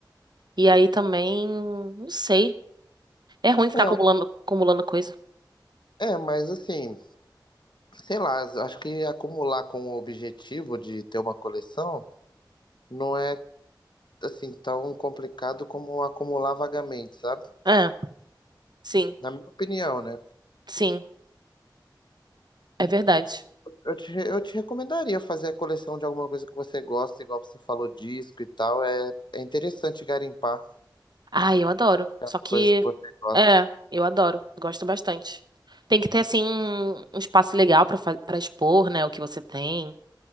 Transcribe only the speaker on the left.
é,
é, mas assim. sei lá, acho que acumular com o objetivo de ter uma coleção não é assim tão complicado como acumular vagamente, sabe?
Na minha opinião, né?
Eu te, eu te recomendaria fazer a coleção de alguma coisa que você gosta, igual você falou, disco e tal. É, é interessante garimpar
as
coisas que você gosta.